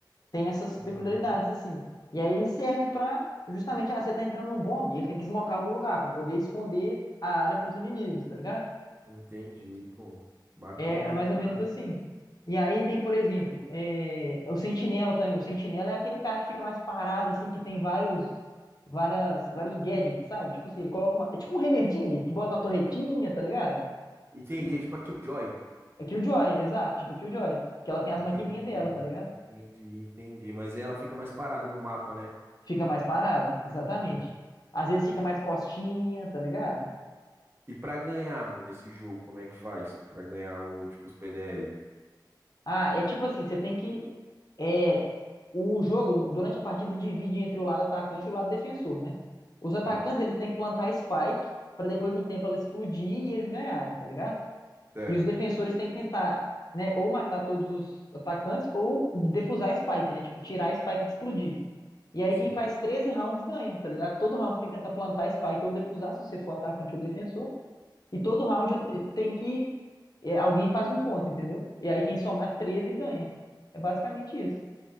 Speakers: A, on the left (about 55°); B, on the right (about 30°).
A: Tem essas
B: Uhum.
A: peculiaridades assim. E aí ele serve pra justamente, ah, você tá entrando num bombe, ele tem que esmocar algum lugar pra poder esconder a área pros inimigos, tá ligado?
B: Entendi, pô. Bacana
A: É, é mais
B: demais.
A: ou menos assim. E aí tem, por exemplo, é, o Sentinela também. O Sentinela é aquele cara que fica mais parado, assim, que tem vários, várias, vários gadgets, sabe? Tipo assim, ele coloca uma. É tipo um Heimerdinger, que bota uma torretinha, tá ligado?
B: Entendi.
A: E,
B: É tipo a Killjoy.
A: é Killjoy, exato, tipo Killjoy. Que ela tem as
B: Entendi,
A: maquininhas dela, tá ligado?
B: entendi, entendi. Mas ela fica mais parada no mapa, né?
A: Fica mais parado, exatamente.
B: Uhum.
A: Às vezes fica mais costinha, tá ligado?
B: E pra ganhar, mano, esse jogo, como é que faz? Pra ganhar o, tipo, os PDL?
A: Ah, é tipo assim, você tem que É, o jogo, durante a partida, divide entre o lado atacante e o lado defensor, né? Os atacantes,
B: Sim,
A: eles têm que plantar spike para depois de um tempo ela explodir e eles ganharem, tá ligado?
B: Certo.
A: E os defensores têm que tentar, né, ou matar todos os atacantes ou defusar a spike, né? Tipo, tirar a spike de explodir. E aí
B: sim.
A: quem faz 13 rounds ganha, tá ligado? Todo round você tem que tentar plantar a spike ou defusar, se você for atacante ou defensor. E todo round eh, tem que... eh, Alguém faz um ponto, entendeu? E aí quem somar 13 ganha. É basicamente isso.